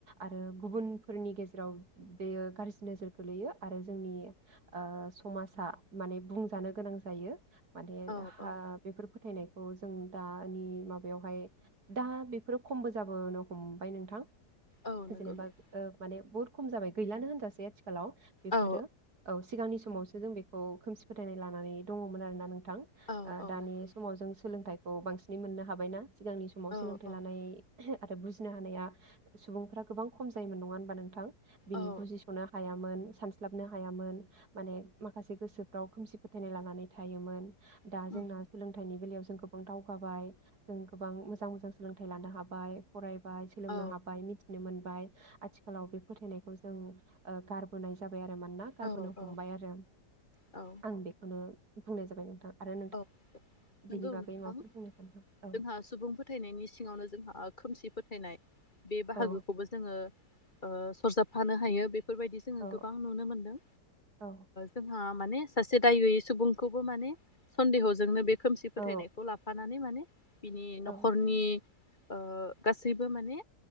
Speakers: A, on the right; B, on the left.
A: आरो गुबुनफोरनि गेजे जेराव बेयो गाज्रि नोजोर गोलैयो आरो जोंनि ओ स समाजा माने बुंजानो गोनां जायो। माने
B: औ
A: हा
B: औ
A: बेफोर फो थायनायखौ जों दानि माबायावहाय दा बेफोरो खमबो जाबोनो हमबाय नोंथां।
B: औ
A: जेनेबा
B: नंगौ नंगौ
A: ओ माने बहुत खम जाबाय गैलानो होनजासै आथि खालाव बेफोरो
B: औ
A: औ सिगांनि स समावसो जों बेखौ खोमसि फोथायनाय लानानै दङमोन आरोना नों थां
B: औ
A: ओ
B: औ
A: दानि
B: नंगौ
A: समाव जों सोलोंथाइ औ बांसिनै मोननो हाबाय ना। सिगांनि समाव
B: औ
A: सोलोंथाइ
B: औ
A: लानाय आरो बुजिनो हानाया सुबुंफ्रा गोबां खम जायोमोन नङा होनबा नोंथां। बिनि
B: औ
A: बुजिसनो हायामोन। सानस्लाबनो हायामोन माने माखासे गोसोफ्राव खोमसि फोथायनाय लानानै थायोमोन। दा
B: औ
A: जोंना सोलोंथाइनि बेलायाव जों गोबां दावगाबाय जों गोबां मोजां मोजां सोलोंथाइ लानो हाबाय फराय बाय सोलोंनो
B: औ
A: हाबाय मिथिनो मोनबाय। आथिखालाव बे फोथायनायखौ जों ओ गारबोनाय जा बाय आरो मोनना गारबोनो
B: औ औ
A: हमबाय आरो।
B: औ
A: आं बेखौनो ओ बुंनाय जाबाय नोंथाङा। आरो
B: औ
A: बेनि
B: नंगौ
A: बागै
B: नोंथां
A: माबाफोर बुंनो सानदों औ
B: जोंहा सुबुं फोथायनायनि सिङावनो जोंहा खोमसि फोथायनाय बे बाहागोखौबो
A: औ
B: जोङो ओ सरजाबफानो हायो बे फोरबायदि जोङो
A: औ
B: गोबां नुनो मोनदों
A: औ
B: जोंहा माने सासे दाय गैयै सुबुंखौबो माने सन्देहजोंनो बे खोमसि
A: औ
B: फोथायनायखौ लाफानानै माने बिनि
A: औ
B: नखरनि ओ गासैबो माने